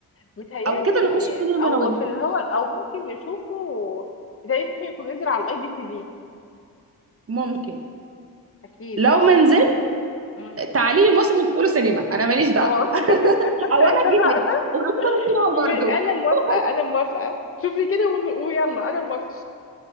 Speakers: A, on the left; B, on the right.
A: متهيألي
B: او كده نخش سينما
A: او
B: انا وانت
A: في اللي هو او ممكن يشوفه متهيألي ممكن يكون نزل على الاي بي تي في
B: ممكن
A: اكيد
B: لو
A: اه
B: ما نزل
A: مم.
B: تعالي لي مصر ندخله سينما انا ماليش دعوة
A: خلاص <laughs>
B: او
A: اتفقنا
B: انا اجيلك وندخله سينما
A: م-
B: برضه
A: انا موافقه
B: <laughs>
A: انا موافقه شوفي كده ون- ويلا انا موافقه